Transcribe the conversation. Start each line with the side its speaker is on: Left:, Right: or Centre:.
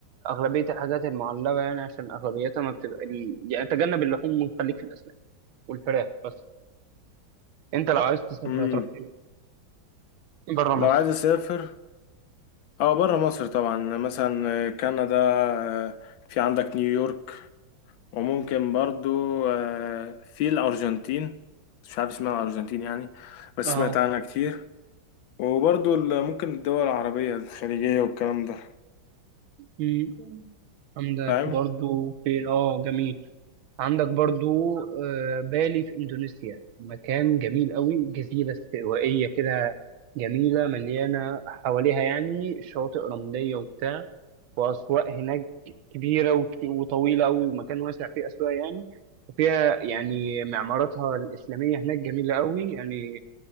Right: اغلبيه الحاجات المعلبه يعني عشان اغلبيتها ما بتبقى ال... يعني تجنب اللحوم وخليك في الاسماك والفراخ بس انت لو عايز تسافر
Left: امم
Right: هتروح فين بره
Left: لو
Right: مصر
Left: عايز اسافر اه بره مصر طبعا مثلا آه، كندا آه، في عندك نيويورك وممكن برضو آه، في الارجنتين مش عارف اسمها الارجنتين يعني بس
Right: اه
Left: سمعت عنها كتير وبرضو ال- ممكن الدول العربيه الخليجيه والكلام ده
Right: أمم، عندك
Left: فاهم
Right: برضو فين اه جميل عندك برضو آه، بالي في إندونيسيا مكان جميل قوي جزيرة استوائية كده جميلة مليانة حواليها يعني شواطئ رملية وبتاع وأسواق هناك كبيرة وك- وطويلة قوي ومكان واسع فيه أسواق يعني وفيها يعني معماراتها الإسلامية هناك جميلة قوي يعني